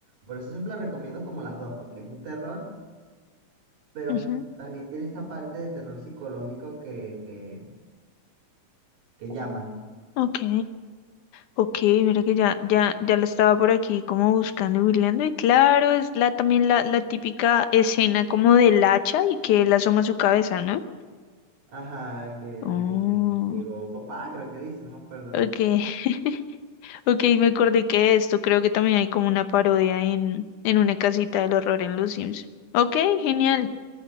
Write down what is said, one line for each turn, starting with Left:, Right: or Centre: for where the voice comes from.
Right: por eso siempre la recomiendo como las dos, porque es un terror pero
Left: ujú,
Right: también tiene esa parte de terror psicológico que, que, que llama.
Left: Ok, ok, mira que ya, ya, ya la estaba por aquí como buscando y googleando. Y claro, es la también la, la típica escena como del hacha y que él asoma su cabeza, ¿no?
Right: Ajá, que mm,
Left: Oh,
Right: llegó papá, creo que dice, no me acuerdo.
Left: ok. <laughs> Ok, me acordé que de esto creo que también hay como una parodia en, en una casita del horror en Los Sims. Ok, genial.